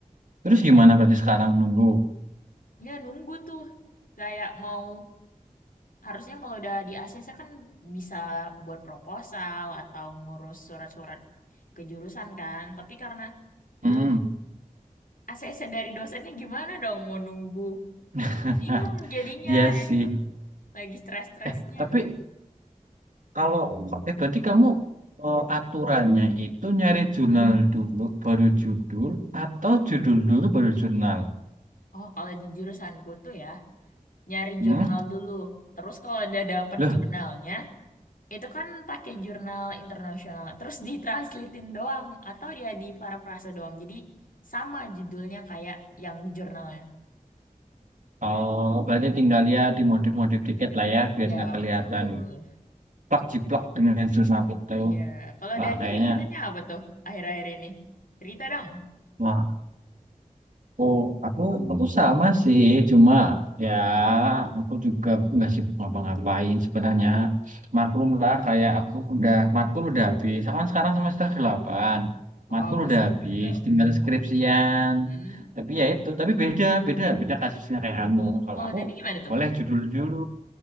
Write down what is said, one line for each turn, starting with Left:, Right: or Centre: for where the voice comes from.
Right: Terus
Left: iya.
Right: gimana berarti sekarang nunggu?
Left: Ya nunggu tuh kayak mau harusnya kalau udah di ACC kan bisa buat proposal atau ngurus surat-surat kejurusan kan tapi karena
Right: Hmm,
Left: belum ACC dari dosennya gimana dong mau nunggu
Right: <laughs>
Left: bingung jadinya
Right: iya
Left: ya
Right: sih.
Left: itu lagi stres-stresnya
Right: Eh, tapi kalau eh berarti kamu eh, aturannya itu nyari jurnal dulu baru judul atau judul dulu baru jurnal?
Left: oh kalau di jurusanku tuh ya nyari
Right: Hmm?
Left: jurnal dulu terus kalau udah dapet
Right: Loh,
Left: jurnalnya Itu kan pakai jurnal internasional. Terus ditranslatein doang atau dia di parafrase doang. Jadi sama judulnya kayak yang di jurnalnya.
Right: oh berarti tinggal ya dimodif-modif dikit lah ya biar
Left: Ya,
Right: nggak kelihatan
Left: betul.
Right: plak jiplak dengan jurnal itu.
Left: Iya, kalau
Right: Wah,
Left: Dani
Right: kayaknya
Left: kegiatannya apa tuh akhir-akhir ini? Cerita dong.
Right: Wah, aku, aku, aku sama sih, cuma ya aku juga masih ngapa-ngapain sebenarnya. Maklum lah, kayak aku udah, matkul udah habis. Aku kan sekarang semester delapan
Left: Wow,
Right: matkul udah
Left: <laughs> semester
Right: habis,
Left: berapa?
Right: tinggal skripsian.
Left: Hmm.
Right: Tapi ya itu, tapi beda, beda, beda kasusnya kayak kamu. Kalau
Left: Kalau
Right: aku
Left: Dani gimana tuh?
Right: boleh judul dulu,